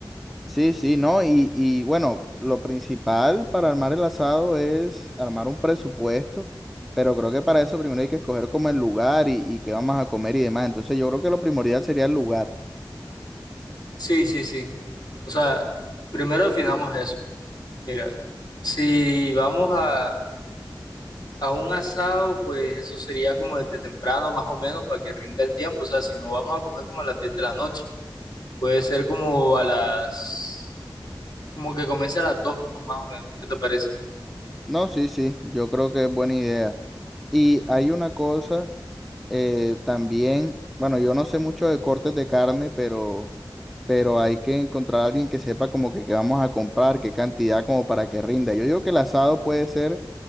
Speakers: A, in the centre; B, on the left.
A: Sí, sí, ¿no? Y, y bueno, lo principal para armar el asado es armar un presupuesto, pero creo que para eso primero hay que escoger como el lugar y, y qué vamos a comer y demás. Entonces yo creo que lo primordial sería el lugar.
B: Sí, sí, sí. O sea, primero definamos eso. Mira, si vamos a A un asado, pues eso sería como desde temprano, más o menos, para que rinda el tiempo. O sea, si no vamos a comer como a las 10 de la noche, puede ser como a las, como que comience a las 2 más o menos. ¿Qué te parece?
A: No, sí, sí, yo creo que es buena idea. Y hay una cosa eh, también, bueno, yo no sé mucho de cortes de carne, pero, pero hay que encontrar a alguien que sepa como que qué vamos a comprar, qué cantidad, como para que rinda. Yo digo que el asado puede ser